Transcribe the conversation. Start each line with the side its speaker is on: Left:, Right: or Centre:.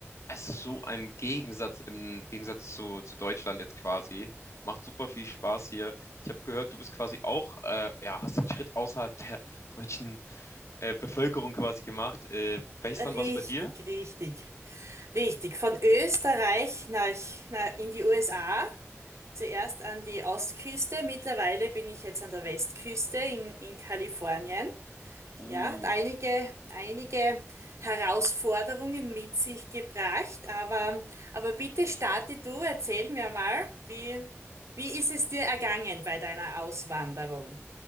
Left: es ist so ein Gegensatz im Gegensatz zu, zu Deutschland jetzt quasi. Macht super viel Spaß hier. Ich habe gehört, du bist quasi auch, äh, ja, hast den Schritt außerhalb der deutschen äh, Bevölkerung quasi gemacht. Äh, welches
Right: Richtig,
Left: Land war es bei dir?
Right: richtig, richtig. Von Österreich nach, nach in die USA. Zuerst an die Ostküste. Mittlerweile bin ich jetzt an der Westküste in, in Kalifornien.
Left: Uh,
Right: Ja, hat einige, einige Herausforderungen mit sich gebracht, aber, aber bitte starte du, erzähl mir mal, wie, wie ist es dir ergangen bei deiner Auswanderung?